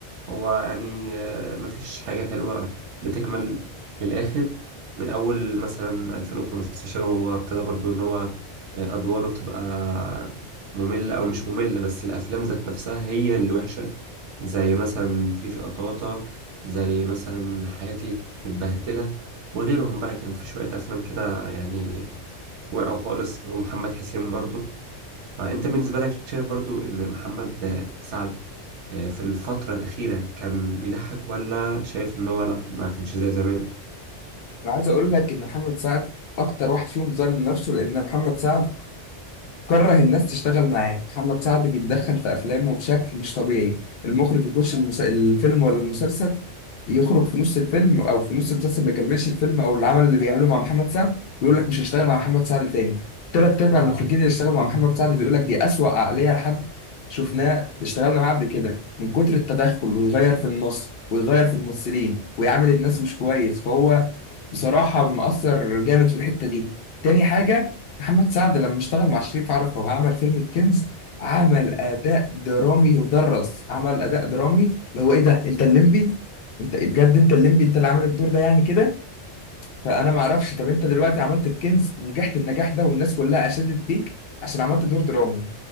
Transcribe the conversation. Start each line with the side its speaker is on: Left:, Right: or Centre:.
Right: هو يعني آه، مفيش حاجة حلوة بتكمل للآخر من أول مثلا 2015 هو ابتدى برضو إن هو آه، أدواره تبقى مملة أو مش مملة بس الأفلام ذات نفسها هي اللي وحشة زي مثلا فيفي قطاطا زي مثلا حياتي متبهدلة وغيرهم بقى كان في شوية أفلام كده يعني وقعوا خالص ومحمد حسين برضو فأنت بالنسبة لك شايف برضو إن محمد آه، سعد آه، في الفترة الأخيرة كان بيضحك ولا شايف إن هو لأ ما كانش زي زمان
Left: انا عايز اقول لك ان محمد سعد اكتر واحد فيهم ظالم نفسه لان محمد سعد كره الناس تشتغل معاه محمد سعد بيتدخل في افلامه بشكل مش طبيعي المخرج يخش المس... الفيلم ولا المسلسل يخرج في نص الفيلم او في نص المسلسل ما يكملش الفيلم او العمل اللي بيعمله مع محمد سعد ويقول لك مش هشتغل مع محمد سعد تاني تلات ارباع اه المخرجين اللي اشتغلوا مع محمد سعد بيقول لك دي اسوأ عقليه لحد شفناه اشتغلنا معاه قبل كده من كتر التدخل ويغير في النص ويغير في الممثلين ويعامل الناس مش كويس فهو بصراحه مؤثر جامد في الحته دي تاني حاجه محمد سعد لما اشتغل مع شريف عرفة وعمل فيلم الكنز عمل اداء درامي يدرس عمل اداء درامي اللي هو ايه ده انت الليمبي انت بجد انت الليمبي انت اللي عامل الدور ده يعني كده فانا ما اعرفش طب انت دلوقتي عملت الكنز ونجحت النجاح ده والناس كلها اشادت بيك عشان عملت دور درامي